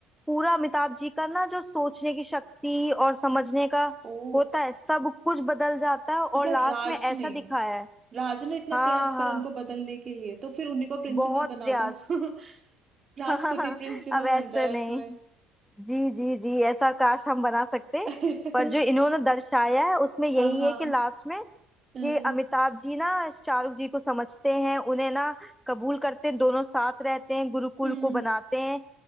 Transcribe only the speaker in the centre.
पूरा अमिताभ जी का ना जो सोचने की शक्ति और समझने का
होता है सब कुछ बदल जाता है और
लास्ट
में ऐसा
दिखाया है
हाँ
हाँ
बहुत
प्रयास
<laughs> हाँ
अब ऐसे
नहीं
जी जी जी ऐसा काश हम बना सकते
पर जो इन्होंने दर्शाया है उसमें यही
है कि लास्ट में
कि अमिताभ जी ना शाहरुख जी को समझते हैं उन्हें ना कबूल करते हैं दोनों साथ रहते हैं गुरुकुल
को बनाते हैं